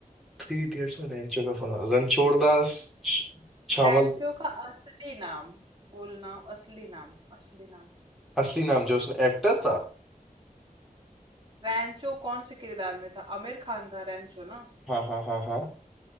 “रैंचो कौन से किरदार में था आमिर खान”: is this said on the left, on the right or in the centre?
Right